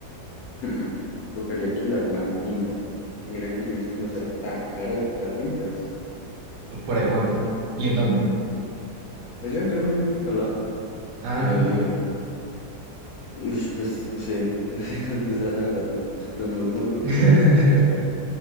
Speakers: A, on the left; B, on the right.
A: Hmm, Tocaría alquilar una finca. Que mira que yo he visto y no sale tan caro alquilar fincas.
B: ¿Por ahí cuánto? ¿Y en dónde?
A: Allá en Carmen de Picalá,
B: Ah,
A: eh,
B: ok.
A: ush, pues no sé, <laughs> no sé cuánto sea la verdad, tanto el precio, pero no, no creo que
B: <laughs>
A: sea tan caro.